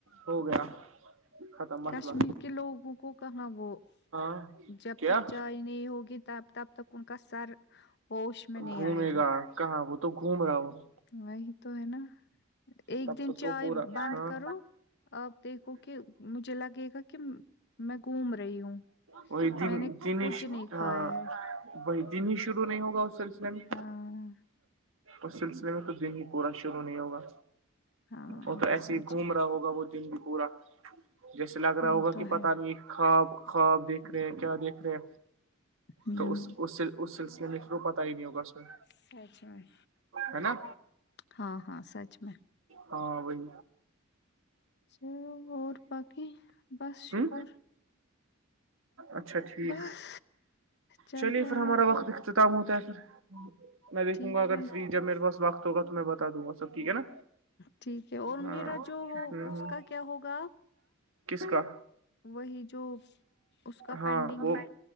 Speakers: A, on the right (about 70°); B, on the left (about 55°).
A: ہو گیا <unintelligible> مسئلہ
B: کشمیر کے لوگوں کو کہاں وہ
A: مزہ
B: جب تک چائے نہیں ہوگی تب تک ان کا سر ہوش میں نہیں
A: گھومے
B: آئے گا
A: گا کہاں وہ تو گھوم رہا ہوگا
B: وہی تو ہے نا ایک
A: تب
B: دن
A: تو
B: چائے
A: تو پورا
B: بند
A: ہاں
B: کرو آپ دیکھو کہ مجھے لگے گا کہ میں گھوم رہی ہوں
A: وہ ج
B: میں نے
A: جینس
B: کچھ نہیں
A: آ
B: کھایا ہے
A: وہی دن ہی شرو نہیں ہوگا اس سلسلے میں
B: ہاں
A: اس سلسلے میں تو دن ہی پورا شرو نہیں ہوگا
B: ہاں
A: وہ تو ایسے
B: سچ
A: ہی گھوم رہا ہوگا وہ دن بھی پورا جیسے لگ
B: میں
A: رہا
B: وہ
A: ہوگا
B: تو
A: کہ پتا
B: ہے
A: نہیں خواب خواب دیک دیک رہے کیا دیکھ رہے
B: ہوں
A: تو اس سلسلے میں پتا ہی نہیں ہوگا میں
B: سچ میں
A: ہے نا
B: ہاں ہاں سچ میں
A: ہاں بائی
B: چل اور باقی بس
A: ہ
B: شکر
A: اچھا ٹھیک
B: بس چلتے
A: چلیے پھر
B: ہیں
A: ہمارا وقت اختتام ہوتا ہے پھر میں دیکھوں
B: ٹھیک
A: گا اگر
B: ہے
A: فری جب میرے پاس وقت ہوگا تو میں بتا دوں گا سب ٹھیک ہے نا
B: ٹھیک ہے اور
A: ہاں
B: میرا جو ہو
A: ہ
B: اس کا کیا ہوگا
A: کس کا
B: وہی جو اس کا
A: ہاں
B: پینڈنگ
A: وہ
B: ہے